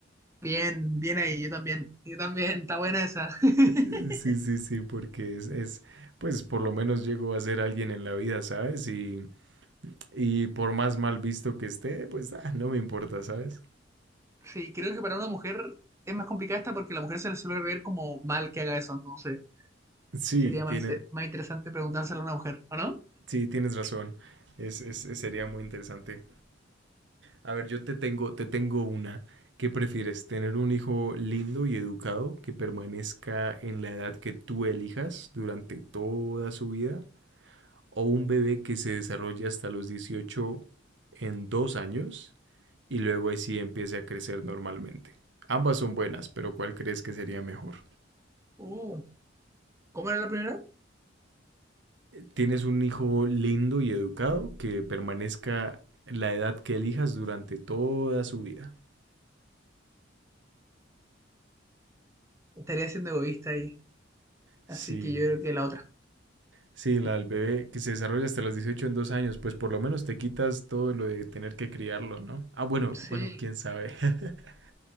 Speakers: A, on the right (about 15°); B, on the right (about 70°).
A: Bien, bien ahí, yo también, yo también, está buena esa. <laughs>
B: <laughs> Sí, sí, sí, porque es, es, pues por lo menos llego a ser alguien en la vida, ¿sabes? Y, y por más mal visto que esté, pues ah, no me importa, ¿sabes?
A: Sí, creo que para una mujer es más complicada esta porque a la mujer se le suele ver como mal que haga eso, entonces
B: Sí,
A: sería
B: tiene,
A: más, inte- más interesante preguntárselo a una mujer, ¿o no?
B: sí, tienes razón. Es, es- es- sería muy interesante. A ver, yo te tengo, te tengo una. ¿Qué prefieres? ¿Tener un hijo lindo y educado que permanezca en la edad que tú elijas durante toda su vida? o un bebé que se desarrolle hasta los 18 en dos años y luego ahí sí empiece a crecer normalmente. Ambas son buenas, pero ¿cuál crees que sería mejor?
A: Uh, ¿cómo era la primera?
B: Tienes un hijo lindo y educado que permanezca la edad que elijas durante toda su vida.
A: Estaría siendo egoísta ahí,
B: Sí,
A: así que yo creo que la otra.
B: sí, la
A: Sí.
B: del bebé que se desarrolla hasta los 18 en dos años, pues por lo menos te quitas todo lo de tener que criarlo, ¿no? Ah, bueno,
A: Sí.
B: bueno, quién sabe. <laughs>